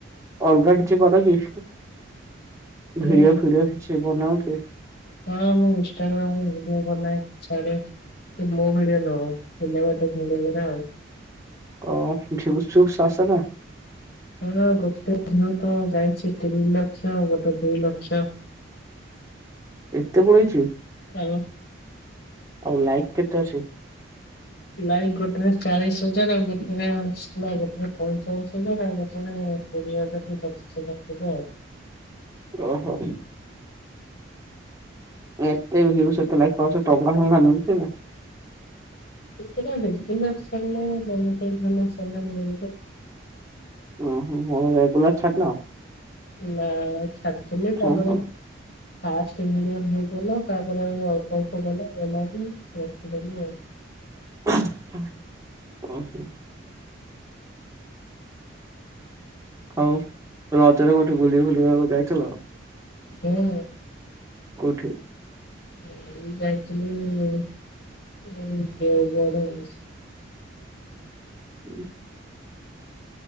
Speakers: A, on the right (about 15°); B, on the left (about 55°).
A: ଅଲଗା କିଛି କର କି?
B: ହଁ
A: ଭିଡିଓ ଫିଡିଓ କିଛି ବନାଅ କି?
B: ହଁ ମୁଁ ଇନଷ୍ଟାଗ୍ରାମରେ ଭିଡିଓ ବନାଏ ଛାଡ଼େ। ସେ ମୋ ଭିଡିଓ ନୁହଁ ସିନେମାଟା ଭିଡିଓ ଗୁରା ଆଉ।
A: ଓହୋ ଜୁକ୍ସ ସୁକ୍ସ ଆସେ ନା।
B: ହଁ ଗୋଟେ ଥର ତ ଯାଇଛି ତିନି ଲକ୍ଷ ଗୋଟେ ଦୁଇ ଲକ୍ଷ।
A: ଏତେ ପଳେଇଛି?
B: ହଁ।
A: ଆଉ ଲାଇକ୍ କେତେ ଅଛି?
B: ଲାଇକ୍ ଗୋଟେରେ ଚାଳିଶ ହଜାର ଆଉ ଗୋଟେରେ ସ ଗୋଟେରେ ପଇଁଚାଳିଶ ହଜାର ଆଉ ଗୋଟେରେ କୋଡିଏ ହଜାର କି ପଚିଶ ହଜାର ଥିବ ଆଉ।
A: ଓହୋ। ଏତେ ଭିୟୁ ସେତେ ଲାଇକ୍ ପାଉଛ ସେ ଟଙ୍କା ଫଙ୍କା ମିଳୁଛି ନା?
B: ଦଦନାସଲେ ମନ ଟେ ଧାନ ଚନ ମି
A: ଓ ହୋ ହ ରେଗୁଲାର ଛାଡ଼ିଲ।
B: ନା ଛାଡିଥିଲି ତାପରେ
A: ହଁ ହଁ
B: ଫାଷ୍ଟ ହେଇଗଲା। ତାପରେ ଆଉ ଅଳ୍ପ ଅଳ୍ପ ଗଲା ଗଲା ରୁ ରଖଦେଲି ଆଉ।
A: ହଁ ଓଁ ହୋ <unintelligible> ଆଉ ରଜରେ କୋଉଠି ବୁଲି ବୁଲିବାକୁ ଯାଇଥିଲ?
B: ହୁଁ।
A: କୋଉଠି?
B: ଏଇ ଯାଇଥିଲି ଦେଓଗଡ ଆଉ।
A: ହୁଁ।